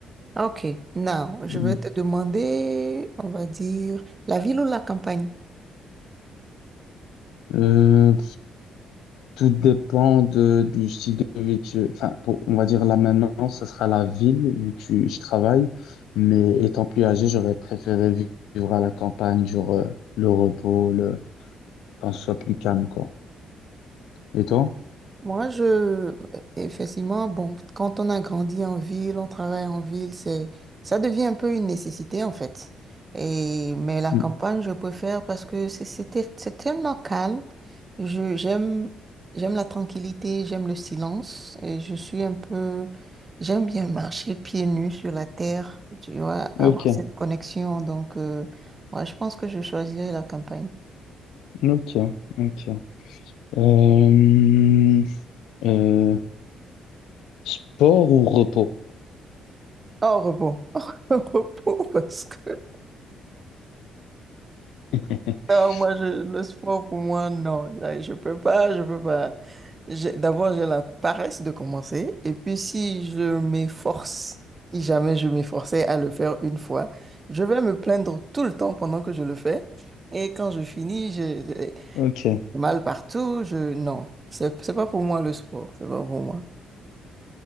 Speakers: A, on the right; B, on the left.
A: Ok. Now, je
B: Mm.
A: vais te demander, on va dire, la ville ou la campagne?
B: Euh, tout dépend de, du style de vie que, enfin, pour- on va dire là maintenant, ça sera la ville vu que je travaille. Mais étant plus âgé, j'aurais préféré vi- vivre à la campagne, genre euh, le repos, le, quand ce soit plus calme, quoi. Et toi?
A: Moi, je, effectivement, bon, quand on a grandi en ville, on travaille en ville, c'est, ça devient un peu une nécessité, en fait. Et, mais la
B: Mm.
A: campagne, je préfère parce que c'est c'était- c'est tellement calme. Je, j'aime, j'aime la tranquillité, j'aime le silence. Et je suis un peu, j'aime bien marcher pieds nus sur la terre, tu vois, avoir
B: Ok,
A: cette connexion. Donc, euh, ouais, je pense que je choisirais la campagne.
B: ok, ok. Euh, euh, sport ou repos?
A: Au repos. <laughs> Au repos, parce que.
B: <laughs>
A: Non, moi, je, le sport, pour moi, non. Là, Je peux pas, je peux pas. J'ai- D'abord, j'ai la paresse de commencer. Et puis, si je m'efforce, si jamais je m'efforçais à le faire une fois, je vais me plaindre tout le temps pendant que je le fais. Et quand je finis, j'ai j'ai
B: Ok. Euh,
A: mal partout. Je... Non, c'est c'est pas pour moi le sport. C'est pas pour moi.